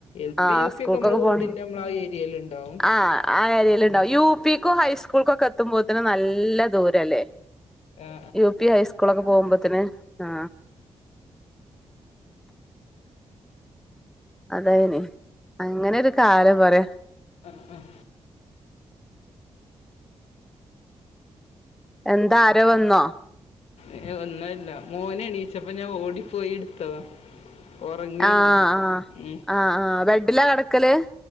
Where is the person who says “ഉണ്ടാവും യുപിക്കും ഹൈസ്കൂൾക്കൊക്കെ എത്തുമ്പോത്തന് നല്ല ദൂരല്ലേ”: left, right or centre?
Centre